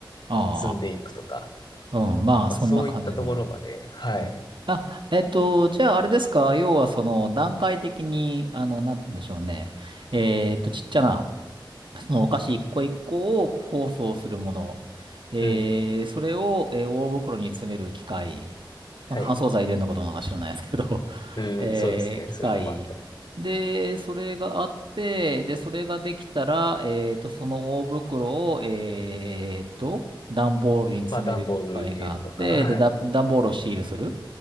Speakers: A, on the right; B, on the left.
A: ああ。
B: 積んでいくとか、
A: うん。まあ、
B: まあそういったところまで、
A: そんな感じの。
B: はい。
A: ねあ、えっと、じゃあ、あれですか。要は、その、段階的に、あの、なんて言うんでしょうね。えっと、ちっちゃなそのお菓子一個一個を包装するもの、えー、
B: うん。
A: それを、えー大袋に詰める機械、まあ、
B: はい。
A: 乾燥剤入れるのかどうなのか知らないですけど、<laughs>
B: うん、
A: えー機械。
B: そうですね。そういうのもあったり。
A: で、それがあって、で、それができたら、えーと、その大袋を、えーと、段ボールに詰める機械があって、
B: まあ段ボール入れるとか、はい。
A: で、だ段ボールをシールする